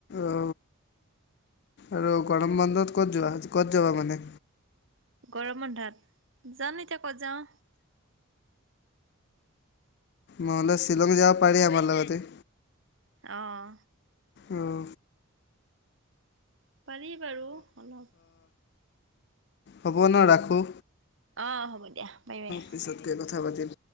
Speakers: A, on the left; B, on the right.
A: অ আৰু গৰম বন্ধত ক'ত যোৱা ক'ত যাবা মানে?
B: গৰম বন্ধত। যাম এতিয়া ক'ত যাওঁ।
A: নহলে শ্বিলং যাব পাৰি আমাৰ লগতে।
B: আহ।
A: আহ।
B: পাৰি বাৰু অলপ।
A: হব ন ৰাখোঁ?
B: অ হ'ব। দিয়া বাই বাই।
A: পিছতকৈ কথা পাতিম্।